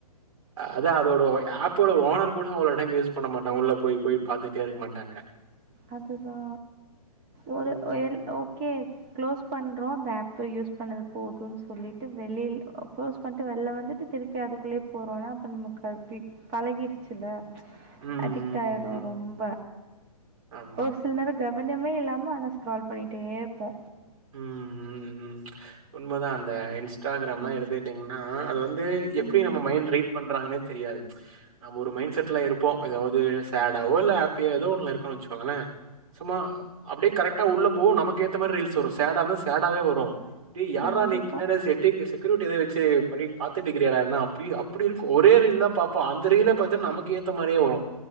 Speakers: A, on the right; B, on the right.
A: அத அதோட ஒ ஆப் அப்போட ஓனர் கூட அவ்ளோ டைம் வேஸ் பண்ணமாட்டாங்க உள்ள போய் போய் பாத்துட்டே இருக்க மாட்டாங்க
B: அதுதா ஒரு
A: ம்.
B: எல் ஓகே க்ளோஸ் பண்றோ அந்த ஆப்பு யூஸ் பண்ணது போதுன் சொல்லிட்டு வெளியில க்ளோஸ் பண்ட்டு வெள்ல வந்துட்டு திருப்பி க அதுக்குள்ளே போறோனா அப்போ நமக்கு அது பழகிடுச்சில்ல
A: ம்.
B: அடிக்ட் ஆயிட்றோ
A: ம்.
B: ரொம்ப
A: ஆமா.
B: ஓர் சில நேரோ கவனமே இல்லாம ஆனா ஸ்க்ரால் பண்ணிகிட்டே இருப்போ
A: ம் ம் ம் உண்மதா அந்த இன்ஸ்ராகிராம்லா
B: ம்
A: எடுத்து எப்டின்னா அது வந்து எப்டி
B: ம்
A: நம்ம மைண்ட்ரைட் பண்றாங்கன்னே தெரியாது நம்ப ஒரு மைண்செட் ட்ல இருப்போ ஏதாவது சேடாவோ இல்ல ஹாப்பியா எதோ ஒன்னு இருக்கோ வெச்சிக்கோங்களே சும்மா அப்டியே கரெக்டா உள்ள போவு நமக்கு ஏத்த மாரி ரீல்ஸ் வரும் சேடா இருந்தா சேடாவே வரு டே யார்ரா
B: கண்டிப்பா
A: நீ பின்னாடில செட்டிங் செக்யூரிட்டி ஏதாவது வெச்சி பண்ணிட் பாத்துட்டுக்கிறியாடான்னா அப்டி அப்படி இருக்கூ ஒரே ரீல் தா பாப்போ அந்த ரீல பாத்தன்னா நமக்கு ஏத்த மாரியே வரு